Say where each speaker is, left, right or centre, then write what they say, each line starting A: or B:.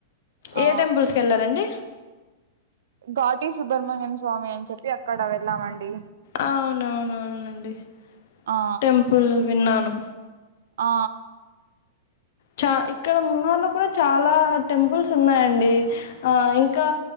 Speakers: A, on the right; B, on the left.
A: ఆ
B: ఏ టెంపుల్స్ కి వెళ్లారండి
A: ఘాటి సుబ్రహ్మణ్యం స్వామి అని చెప్పి అక్కడ వెళ్ళామండి
B: అవునవును అవునండి
A: ఆ
B: టెంపుల్ విన్నాను
A: ఆ
B: చా ఇక్కడ మన్నళ్లో కూడా చాలా టెంపుల్స్ ఉన్నాయండి ఆ ఇంకా